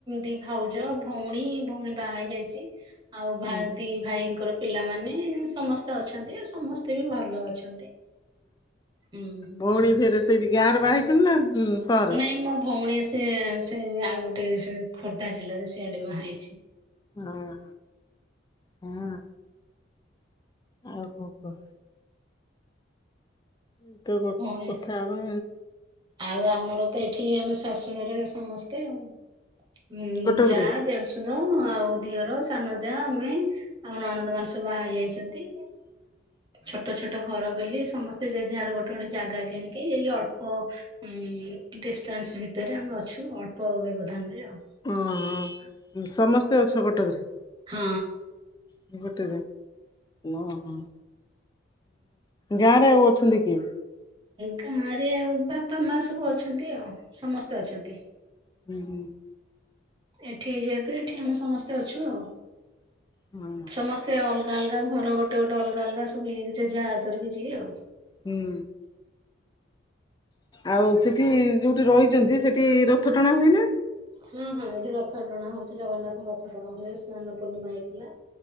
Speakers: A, on the right; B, on the left.
A: ଦି ଭାଉଜ ଭଉଣୀ ଭଉଣୀ ବାହା ହେଇ ଯାଇଛି। ଆଉ ଭାଇ
B: ହୁଁ।
A: ଦି ଭାଇଙ୍କର ପିଲାମାନେ ସମସ୍ତେ ଅଛନ୍ତି ଆଉ ସମସ୍ତେ ବି ଭଲ ଅଛନ୍ତି। ହୁଁ
B: ଭଉଣୀ ଫେରେ ସେଇଠି ଗାଁରେ ବାହା ହେଇଛନ୍ତି ନା? ଉଁ ସହରରେ?
A: ନାଇଁ ମୋ ଭଉଣୀ ସେ ସେ ଆଉ ଗୋଟେ ଗୋଟେ ସେ ଖୋର୍ଦ୍ଧା ଜିଲ୍ଲାରେ ସିଆଡେ ବାହା ହେଇଛି।
B: ଅ ହଁ। ହଁ। ଆଉ କଣ କୁହ? <unintelligible>
A: ଭଉଣୀ
B: କଥା ହବା
A: ଆଉ ଆମର ତ ଏଠି ଆମେ ଶାଶୁଘରେ ସମସ୍ତେ ଆଉ। ଉଁ
B: କଟକରେ?
A: ଯା, ଦେଢଶୁ ର ଆଉ ଦିଅର, ସାନ ଯା ଆମେ ଆଉ ନଣନ୍ଦ ମାନେସବୁ ବାହା ହେଇ ଯାଇଛନ୍ତି। ଛୋଟ ଛୋଟ ଘର ବୋଲି ସମସ୍ତେ ଯେ ଯାହାର ଗୋଟେ ଗୋଟେ ଜାଗା କିଣିକି ଏଇ ଅଳ୍ପ ଉଁ, ଡିଷ୍ଟାନ୍ସ ଭିତରେ ଆମେ ଅଛୁ ଅଳ୍ପ ବ୍ୟବଧାନ ରେ ଆଉ।
B: ଓହୋ। ସମସ୍ତେ ଅଛ କଟକରେ?
A: ହଁ।
B: <unintelligible> ଓ ହୋ। ଗାଁରେ ଆଉ ଅଛନ୍ତି କିଏ?
A: ଗାଁ ରେ ବାପା ମା ସବୁ ଅଛନ୍ତି ଆଉ। ସମସ୍ତେ ଅଛନ୍ତି।
B: ଉଁ, ହୁଁ।
A: ଏଠି ଯେହେତୁ ଏଠି ଆମେ ସମସ୍ତେ ଅଛୁ ଆଉ।
B: ହଁ
A: ସମସ୍ତେ ଅଲ ଅଲଗା ଘର ଗୋଟେ ଗୋଟେ ଅଲଗା ଅଲଗା ସବୁ <unintelligible> ଆଉ। <inaudible>
B: ହୁଁ ଆଉ ସେଠି ଯୋଉଠି ରହିଛନ୍ତି ସେଠି ରଥ ଟଣା ହୁଏ ନା?
A: ହଁ, ହଁ ଏଇଠି ରଥ ଟଣା ହଉଚି। ଜଗନ୍ନାଥଙ୍କ ରଥ ଟଣା ହୁଏ। ସେ ସ୍ନାନ ପୂର୍ଣ୍ଣିମା ହେଇଥିଲା।